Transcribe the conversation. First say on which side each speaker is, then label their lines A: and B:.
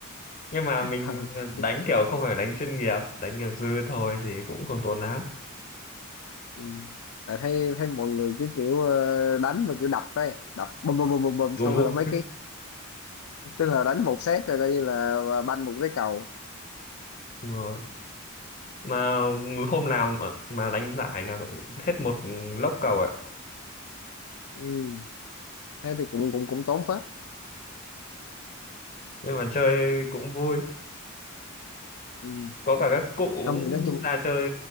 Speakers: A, on the left; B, on the left.
A: nhưng mà
B: <laughs>
A: mình đánh kiểu không phải đánh chuyên nghiệp đánh nghiệp dư thôi thì cũng không tốn lắm
B: ừ. tại thấy thấy mọi người cứ kiểu ờ, đánh mà kiểu đập ấy đập bùm bùm bùm bùm bùm xong
A: vu vu
B: rồi là mấy cái tức là đánh một set rồi coi như là ờ, banh một cái cầu
A: Đúng rồi. mà hôm nào mà, mà đánh giải là hết một lốc cầu ạ
B: ừ. thế thì cũng cũng cũng tốn phết
A: nhưng mà chơi cũng vui
B: ừ.
A: có cả các cụ
B: không thì nói chung
A: ra chơi